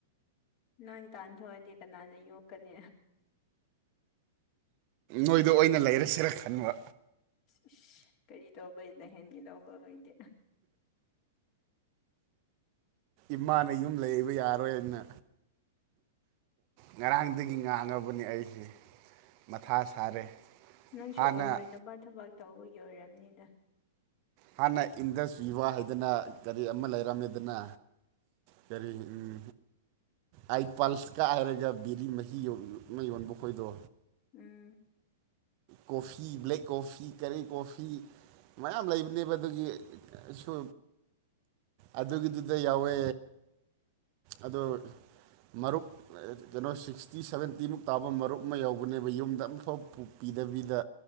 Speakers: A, on the left (about 40°); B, on the right (about 40°).
A: ꯅꯪ ꯇꯥꯟꯊꯣꯛꯑꯗꯤ ꯀꯅꯥꯅ ꯌꯣꯛꯀꯅꯤ
B: ꯅꯣꯏꯗ ꯑꯣꯏꯅ ꯂꯩꯔꯁꯤꯔ ꯈꯟꯕ
A: ꯏꯁ ꯀꯔꯤ ꯇꯧꯕꯩ ꯂꯩꯍꯟꯒꯤꯗꯧꯕ꯭ꯔ ꯈꯣꯏꯗꯤ
B: ꯏꯃꯥꯅ ꯌꯨꯝ ꯂꯩꯕ ꯌꯥꯔꯣꯏꯅ ꯉꯔꯥꯡꯗꯒꯤ ꯉꯥꯡꯉꯕꯅꯦ ꯑꯩꯁꯦ ꯃꯊꯥ ꯁꯥꯔꯦ
A: ꯅꯪꯁꯨ
B: ꯍꯥꯟꯅ
A: ꯑꯣꯏꯔꯣꯏꯗꯕ ꯊꯕꯛ ꯇꯧꯕꯒꯤ ꯑꯣꯏꯔꯝꯅꯤꯗ
B: ꯍꯥꯟꯅ ꯏꯟꯗꯁ ꯚꯤꯕꯥ ꯍꯥꯏꯗꯅ ꯀꯔꯤ ꯑꯃ ꯂꯩꯔꯝꯃꯤꯗꯅ ꯀꯔꯤ ꯎꯝ ꯑꯥꯏ ꯄꯜꯁ ꯀꯥꯢꯔꯒ ꯕꯤꯔꯤ ꯃꯍꯤ ꯌꯣꯟ ꯃꯩ ꯌꯣꯟꯕ ꯈꯣꯏꯗꯣ
A: ꯎꯝ
B: ꯀꯣꯐꯤ ꯕ꯭ꯂꯦꯛ ꯀꯣꯐꯤ ꯀꯔꯤ ꯀꯣꯐꯤ ꯃꯌꯥꯝ ꯂꯩꯕꯅꯦꯕ ꯑꯗꯨꯒꯤ ꯁꯨ ꯑꯗꯨꯒꯤꯗꯨꯗ ꯌꯥꯎꯋꯦ ꯑꯗꯣ ꯃꯔꯨꯞ ꯀꯩꯅꯣ ꯁꯤꯛꯁꯇꯤ ꯁꯚꯦꯟꯇꯤꯃꯨꯛ ꯇꯥꯕ ꯃꯔꯨꯞ ꯑꯃ ꯌꯧꯕꯅꯦꯕ ꯌꯨꯝꯗ ꯑꯝꯐꯥꯎ ꯄꯨ ꯄꯤꯗꯕꯤꯗ